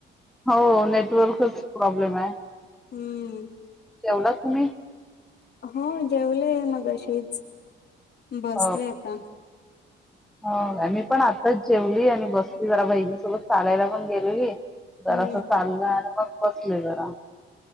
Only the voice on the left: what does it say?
हम्म
हो जेवलेय मग अशीच बसले
आता
हम्म